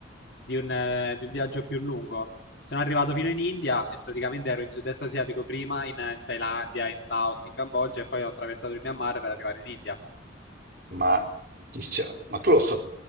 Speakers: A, on the left (about 60°); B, on the right (about 50°).
A: di un, eh, di un viaggio più lungo. Sono arrivato fino in India e praticamente ero in sud-est asiatico prima, in, eh, in Thailandia, in Laos, in Cambogia e poi ho attraversato il Myanmar per arrivare in India.
B: Ma, ti stia- ma tu lo sa-